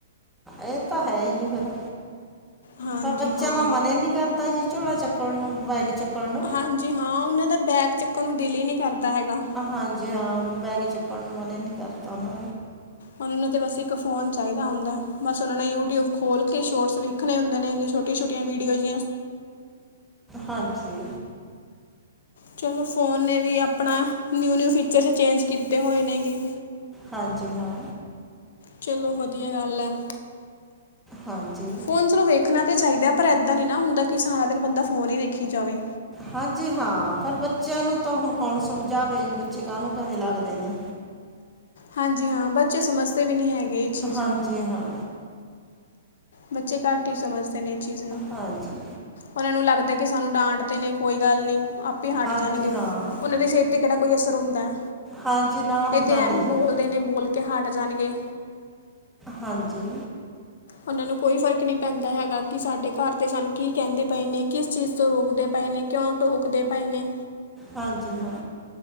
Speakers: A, in the centre; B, on the left.
A: ਇਹ ਤਾਂ ਹੈ ਜੀ ਫੇਿਰ,
B: ਹਾਂਜੀ
A: ਫਿਰ ਬੱਚਿਆਂ
B: ਹਾਂ
A: ਦਾ ਮਨ ਹੀ ਨੀ ਕਰਦਾ ਜੀ, ਝੋਲਾ ਚੱਕ ਚਕ ਨੂੰ ਬਗੀ ਚੱਕਲ ਨੂੰ <inaudible>
B: ਹਾਂਜੀ, ਹਾਂ ਉਹਨਾਂ ਦਾ ਬੈਗ, ਚੱਕਣ ਨੂੰ ਦਿਲ ਹੀ ਨਹੀਂੀ ਕਰਦਾ ਹੈਗਾ
A: ਹਾਂਜੀ, ਹਾਂ ਬੈਗ ਚੁੱਕਣ ਨੂੰ ਮਨ ਹੀ ਨਹੀਂ, ਕਰਤਾ ਉਹਨਾਂ
B: ਉਹ ਨੂੰ ਤੇ, ਬਸ ਇੱਕ ਫੋਨ ਚਾਹੀਦਾ ਹੁੰਦਾ, ਬਸ ਉਹਨਾਂ ਨੇ ਯੂਟਿਊਬ ਖੋਲ ਕੇ ਸ਼ੋਰਟਸ ਵੇਖ ਵੇਖਣੇ ਹੁੰਦੇ ਨੇ ਛੋਟੀਆ-ਛੋਟੀਆਂ ਵੀਡੀਓ ਜਿ
A: ਹਾਂਜੀ।
B: ਚਲੋ, ਫੋਨ ਨੇ ਵੀ ਆਪਣਾ, ਨਿਊ -ਨਿਊ ਫੀਚਰਸ ਚੇਂਜ ਕੀਤੇ ਹੋਏ ਨੇਗੇ
A: ਹਾਂਜੀ, ਹਾਂ।
B: ਚਲੋ, ਵਧੀਆ ਗੱਲ ਆ।
A: ਹਾਂਜੀ।
B: ਫੋਨ, ਵੇਖਣਾ ਤਾਂ ਚਾਹੀਦਾ ਹੈ, ਪਰ ਇਏਦਾਂ ਨ ਨਾ ਹੁੰਦਾ ਕਿ ਸਾਰਾ ਦਿਨ, ਬੰਦਾ ਫੋਨ ਹੀ ਦੇਖੀ ਜਾਵੇ
A: ਹਾਂਜੀ, ਹਾਂ ਫਿਰ ਬੱਚਿਆਂ ਨੂੰ ਤਾਂ ਹੁਣ ਕੌਣ, ਸਮਝਾਵੇ ਜੀ ਬੱਚੇ ਕਾਹ ਨੂੰ ਕਹੇ ਲੱਗਦੇ ਨੇ,
B: ਹਾਂਜੀ, ਹਾਂ ਬੱਚੇ ਸਮਝਦੇ ਵੀ ਨਹੀਂ, ਹੈਗੇ ਇਸ ਚੀਜ਼
A: ਹਾਂਜੀ
B: ਨੂੰ
A: ਹਾਂ
B: ਬੱਚੇ, ਘੱਟ ਹੀ ਸਮਝਦੇ ਨੇ ਇਹ, ਚੀਜ਼ ਨੂੰ
A: ਹਾਂਜੀ
B: ਉਹਨਾਂ ਨੂੰ, ਲੱਗਦਾ ਕਿ ਸਾਨੂੰ ਡਾਂਟਦੇ ਨਈ, ਕੋਈ ਗੱਲ ਨਹੀਂ। ਹਟ
A: ਹਾਂਜੀ
B: ਜਾਣਗੇ,
A: ਹਾਂ
B: ਉਹਨਾਂ ਦੀ ਸਿਹਤ ਤੇ ਕਿਹੜਾ ਕੋਈ ਅਸਰ, ਹੁੰਦਾ।
A: ਹਾਂਜੀ ਨਾ ਹੁੰਦਾ
B: ਇਹ ਤੇ ਐਵੇਂ,
A: ਨਹੀਂ ਜੀ
B: ਬੋਲਦੇ ਨੇ ਬੋਲ ਕੇ ਹਟ ਜਾਣਗੇ।
A: ਹਾਂਜੀ।
B: ਉਹਨਾਂ ਨੂੰ, ਕੋਈ ਫ਼ਰਕ ਨਹੀਂ ਪੈਂਦਾ ਹੈਗਾ, ਕਿ ਸਾਡੇ ਘਰ ਤੇ ਸਾਨੂੰ ਕੀ ਕਹਿੰਦੇ, ਪਏ ਨੇ ਕਿਸ ਚੀਜ਼ ਤੋਂ ਰੋਕਦੇ ਪਏ ਨੇ ਕਿਉਂ, ਟੋਕਦੇ ਪਏ ਨੇ
A: ਹਾਂਜੀ ਹਾਂ।